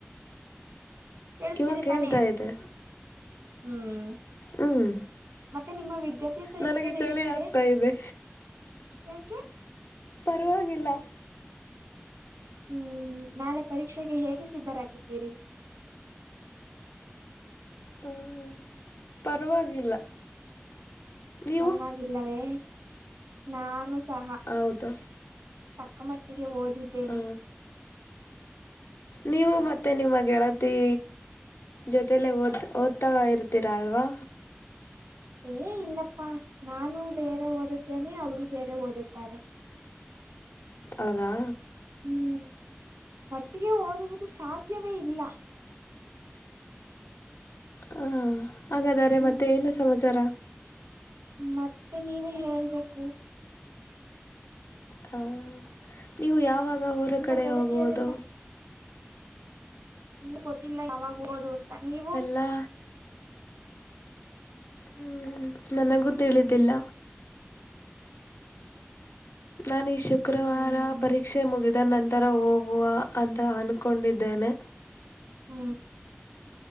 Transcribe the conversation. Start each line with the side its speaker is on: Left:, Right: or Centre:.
Right: ಕೆಳ್ಸ್ತಿದೆ
Left: ಇವಾಗ ಕೇಳ್ತಾ
Right: ತಾನೇ
Left: ಇದೆ
Right: ಹ್ಮ್
Left: ಹ್ಮ್
Right: ಮತ್ತೆ ನಿಮ್ಮ ವಿದ್ಯಾಭ್ಯಾಸ
Left: ನನಗೆ
Right: ಹೇಗೆ ನಡೆಯುತ್ತಿದೆ
Left: ಚಳಿ ಆಗ್ತಾ ಇದೆ
Right: ಯಾಕೆ
Left: ಪರವಾಗಿಲ್ಲ
Right: ಹ್ಮ್ ನಾಳೆ ಪರೀಕ್ಷೆಗೆ ಹೇಗೆ ಸಿದ್ಧರಾಗಿದ್ದೀರಿ
Left: ಹ್ಮ್, ಪರವಾಗಿಲ್ಲ ನೀವು
Right: ಪರವಾಗಿಲ್ಲವೇ ನಾನು ಸಹ.
Left: ಹೌದು
Right: ತಕ್ಕ ಮಟ್ಟ ಒಟ್ಟಿಗೆ ಓದಿದ್ದೇನೆ.
Left: ಆ, ನೀವು ಮತ್ತೆ ನಿಮ್ಮ ಗೆಳತಿ. ಜೊತಲ್ಲ ಓದ್ ಓದ್ತಾ ಇರ್ತೀರಾ ಅಲ್ವಾ.
Right: ಏ ಇಲ್ಲಪ್ಪಾ ನಾನು ಬೇರೆ ಓದುತ್ತೇನೆ. ಅವರು ಬೇರೆ ಓದುತ್ತಾರೆ.
Left: ಹೌದಾ.
Right: ಹ್ಮ್ ಒಟ್ಟಿಗೆ ಓದುವುದು ಸಾಧ್ಯವೇ ಇಲ್ಲ.
Left: ಹಾಂ ಹಾಗಾದರೆ
Right: ಹ್ಮ್
Left: ಮತ್ತೆ ಏನು ಸಮಾಚಾರ.
Right: ಮತ್ತೆ ನೀವೇ ಹೇಳ್ಬೇಕು.
Left: ಹಾಂ ನೀವು ಯಾವಾಗ ಊರ
Right: ನಿಮ್ಮ
Left: ಕಡೆ
Right: ಗೆಳತಿಯರೆಲ್ಲ
Left: ಹೋಗುವುದು.
Right: ಇನ್ನು ಗೊತ್ತಿಲ್ಲ ಯಾವಾಗ <unintelligible> ಅಂತ ನೀವು.
Left: ಲಾ ಹ ನನಗೂ ತಿಳಿದಿಲ್ಲ. ನಾನ ಶುಕ್ರವಾರ
Right: ಹ್ಮ್
Left: ಪರೀಕ್ ಕ್ಷೆ ಮುಗಿದ ನಂತರ ಹೋಗುವ ಅಂತ ಅನ್ಕೊಂಡಿದ್ದೇನೆ.
Right: ಹ್ಮ್.